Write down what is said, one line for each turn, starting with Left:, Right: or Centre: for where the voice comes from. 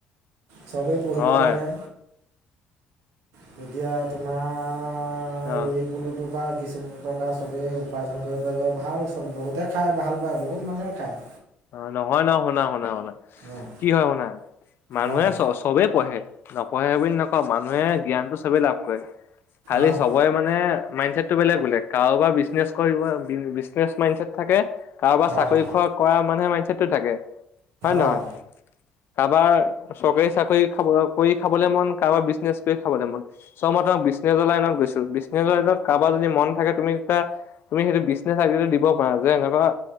Right: চবেই পুহিব
Left: হয়
Right: লাগে। তেতিয়া তোমাৰ
Left: অ
Right: এই পলুটোৰ পৰা কিছু টকা ছবেই উপাৰ্জন কৰিব পাৰিব ভাল চ বহুতে খায় ভাল পায় বহুত মানুহে খায়।
Left: অ নহয় ন, শুনা শুনা শুনা
Right: অঁ
Left: কি হয় শুনা মানুহে
Right: অঁ
Left: চ চবেই পঢ়ে, নপঢ়ে বুলি নকওঁ মানুহে জ্ঞানটো চবেই লাভ কৰে, খালি
Right: অঁ
Left: চবৱে মানে মাইণ্ড ছেটটো বেলেগ বেলেগ, কাৰোবাৰ বিজনেছ কৰিব বি বিজনেছ মাইণ্ড ছেট থাকে কাৰোবাৰ চাকৰি
Right: অঁ
Left: খোৱা কৰা মানুহে মাইণ্ড ছেটটো থাকে হয় নে
Right: অঁ
Left: নহয়? কাৰোবাৰ চৰকাৰী চাকৰি খাব কৰি খাবলে মন, কাৰোবাৰ বিজনেচ কৰি খাবলে মন চ মত বিজনেছ লাইনত গৈছো বিজনেছ লাইনত কাৰোবাৰ যদি মন থাকে তুমি তেতিয়া তুমি সেইটো বিজনেচৰ চাৰ্টিফিকেট দিব পাৰা যে এনেকুৱা